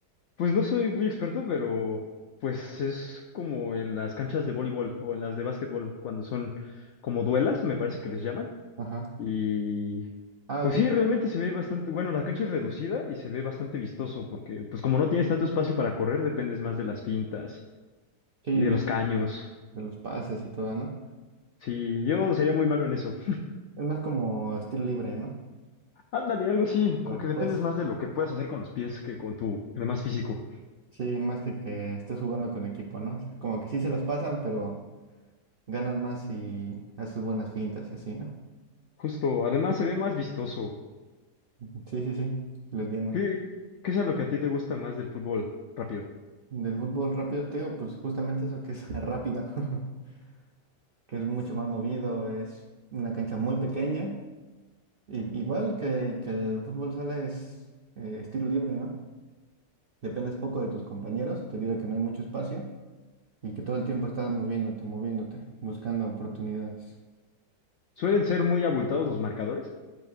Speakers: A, on the left; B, on the right.
A: Pues no soy muy experto, pero pues es como en las canchas de voleibol o en las de básquetbol, cuando son como duelas, me parece que les llaman.
B: Ajá.
A: Y
B: Ah,
A: pues
B: ok.
A: sí,
B: creo-
A: realmente se ve bastante, bueno, la cancha es reducida y se ve bastante vistoso, porque pues como no tienes tanto espacio para correr, dependes más de las pintas
B: Sí,
A: y
B: de,
A: de los caños.
B: de- de los pases y todo, ¿no?
A: Sí, yo sería muy malo en eso.
B: Es más como estilo libre, ¿no?
A: <laughs> Ándale, algo así,
B: De
A: como
B: lo que
A: que dependes
B: puedes,
A: más de lo que puedas hacer con los pies que con tu, además físico.
B: sí, más que que estés jugando con equipo, ¿no? O sea, Como que sí se las pasan, pero ganas más y haces buenas fintas y así, ¿no?
A: Justo, además se ve más vistoso.
B: Ujú. Sí, sí, sí, lo entiendo.
A: ¿Qué, qué es a lo que a ti te gusta más del fútbol? Rápido.
B: Del fútbol rápido, te digo, pues justamente eso que es <laughs> rápida, <laughs> que es mucho más movido, es una cancha muy pequeña I- Igual que, que el fútbol sala es eh, estilo libre, ¿no? Dependes poco de tus compañeros debido a que no hay mucho espacio y que todo el tiempo estás moviéndote, moviéndote, buscando oportunidades.
A: Suelen ser muy abultados los marcadores.